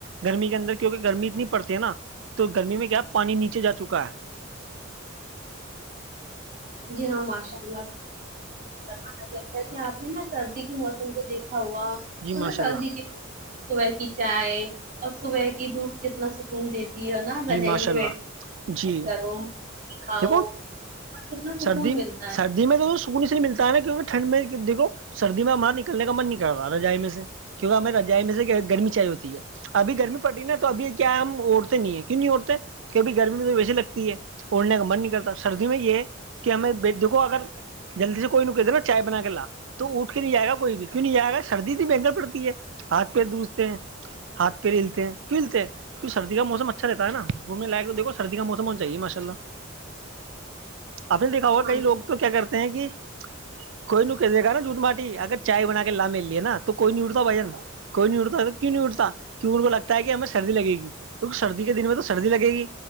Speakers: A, on the right; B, on the right.
A: گرمی کے اندر کیونکہ گرمی اتنی پڑتی ہے نا تو گرمی میں کیا پانی نیچے جا چکا ہے
B: جی ہاں ماشاء اللہ انہ جیسے آپ نے نا سردی کے موسم کو دیکھا ہوا
A: جی
B: تو
A: ماشاء
B: نا سردی
A: اللہ
B: کے صبح کی چائے اور صبح کی دھوپ کتنا سکون دیتی جی ہو نہا بجائی
A: ماشاء اللہ
B: میں
A: جی
B: کرو کھاؤ
A: دیکھو
B: کتنا سکون
A: سردی
B: ملتا ہے
A: سردی د تو سکون سے لی ملتا ہےا کیہ ٹھنڈ میں دیکو سردی میں باہ نکنے کا من نہیں کرتا نا جائ میں سے کیکہ ہمیں رجائی میں سے گرمی چاہی ہوتی ہے ابھی گرمی پڑتی نا تو ابھی کیا ہم نہیں ہے کیوں نہیں اڑتے کیبھی گرمی میں تو ویسی لگتی ہے اڑنے کا من نہیں کرتا سردی میں یہ کہ ہمیں بیچ دھو اگر جلدی سے کوئی ن کہ د نا چائے بنا کے لا تو اٹھ کے نہیں جائے گا کوئی بھی کیوں نہیں جائے گا سردی تو بینگل پڑتی ہے ہاتھ پیر دھتے ہیں ہاتھ پہ ملتے ہیں کیوں للتے کیوں سرد سدی کا موم اچھا رہتا ہے نا گھنے لائق تویکھ سری کا موسم ہو چاہیے ماشاء اللہ آپ نے دیکھا ہوگا
B: ہاں
A: کئی لوگ تو کیا کرتے ہیں کہ کوئی ن کہ دےا نا جھوٹ باٹی اگر چائے بنا کے لا مل لیے نا تو کوئی نہیں اٹتا بھن کوئی نہیں اٹتا تو کیوں نہیں اٹتا کیونک ان کو لگتا ہے کہ ہمیں سردی لگےی کیونہ سردی کے دن میں تو سردی لگے گی